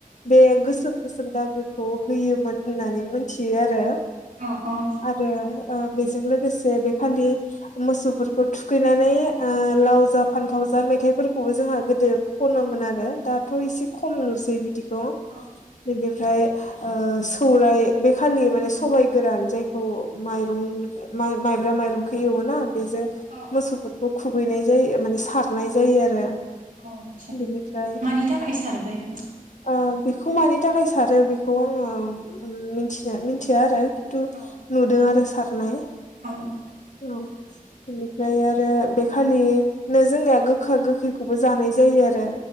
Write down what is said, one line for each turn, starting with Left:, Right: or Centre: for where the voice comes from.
Left: बे गोसोम गोसोम दागोखौ होयोमोन होननानै मिथियो आरो
Right: औ औ
Left: आरो बेजों लोगोसे बेखान्दि मोसौफोरखौ थुखैनानै लाव जा फान्थाव राजा मेथाइफोरखौबो जोंहा गोदो खनोमोन आरो। दाथ'
Right: औ
Left: एसे खम नुसै बिदिखौ
Right: औ
Left: बेनिफ्राय सौराय बे खालि माने सबाय गोरान जायखौ माइरं माइब्रा माइरंखौ एवोना बेजों
Right: औ औ
Left: मोसौफोरखौ खुबैनाय जायो माने सारनाय जायो आरो।
Right: आदसा
Left: बिनिफ्राय
Right: मानि थाखाय सारो बेखौ
Left: आ बेखौ मानि थाखाय सारो बेखौ आङो मिथिनो मिथिया आरो खिन्थु
Right: औ
Left: नुदों आरो सारनाय
Right: औ
Left: औ बेनिफ्राय आरो बेखालिनो जोंनिया गोखा गोखै खौबो जानाय जायो आरो